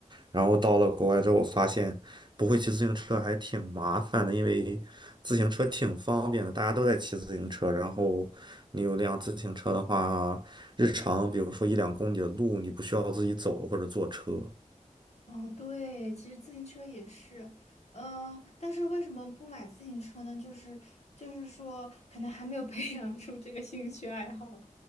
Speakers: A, on the right; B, on the left.
A: 然后到了国外之后，发现不会骑自行车还挺麻烦的，因为自行车挺方便的，大家都在骑自行车。然后你有辆自行车的话，日常比如说一两公里的路，你不需要自己走或者坐车。
B: 哦，对，其实自行车也是，嗯、但是为什么不买自行车呢？就是就是说，可能还没有培 <laughs> 养出这个兴趣爱好。